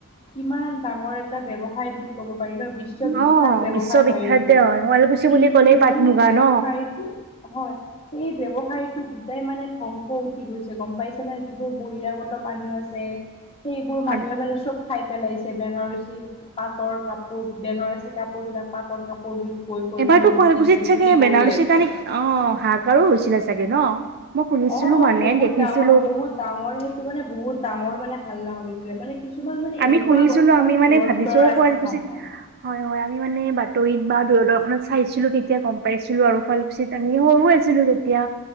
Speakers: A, on the left (about 25°); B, on the right (about 45°).
A: কিমান ডাঙৰ এ টা ব্যৱসায় বুলি ক'ব পাৰি ন, বিশ্ববিখ্যাত
B: অ
A: ব্যৱসায়
B: বিশ্ববিখ্যাতে
A: হয় এইটো।
B: হয় শুৱালকুছি
A: কিন্তু
B: বুলি ক'লেই পাট
A: সেই
B: মুগা
A: ব্যৱসায়টো
B: ন
A: হয়, সেই ব্যৱসায়টো গোটেই মানে ধ্বংস উঠি গৈছে, গম পাইছে। যিবোৰ বহিৰাগত মানুহ আছে, সেইবোৰ মানুহে
B: অ
A: মানে চব খাই পেলাইছে, বেনাৰসী পাটৰ কাপোৰ, বেনাৰসী কাপোৰ বিলাক, পাটৰ কাপোৰ বুলি। কৈ কৈ
B: এবাৰতো
A: মানে বিকিছে
B: শুৱালকুছিত
A: বিক্ৰী
B: চাগে
A: কৰিয়ে
B: বেনাৰসী
A: আছে
B: কাৰণে অঁ হাঁহাকাৰো হৈছিলে চাগে ন। মই শুনিছিলো
A: অঁ অঁ,
B: মানে
A: বহুত
B: দেখিছিলো
A: ডাঙৰ, বহুত ডাঙৰ সেইটো মানে বহুত ডাঙৰ মানে হাল্লা হৈছিলে। মানে কিছুমান মানে,
B: আমি
A: এনেকুৱা
B: শুনিছিলো
A: বদমাছ
B: আমি মানে
A: ধুৰন্দৰ
B: ভাবিছো
A: আছে
B: শুৱালকুছিত
A: নহয়।
B: হয় হয় আমি মানে বাতৰিত বা দূৰদৰ্শনত চাইছিলো তেতিয়া গম পাইছিলো আৰু শুৱাল কুছিত আমি সৰু আছিলো তেতিয়া।